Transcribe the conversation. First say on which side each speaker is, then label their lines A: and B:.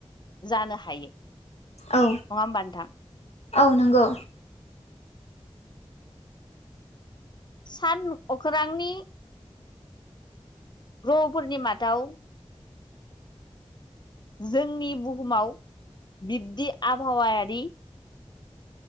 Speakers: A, on the left; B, on the left.
A: जानो हायो।
B: औ
A: नङा होमबा नोंथां
B: औ नंगौ।
A: सान अख्रांनि र'फोरनि माथाव जोंनि बुहुमाव बिब्दि आबहावायारि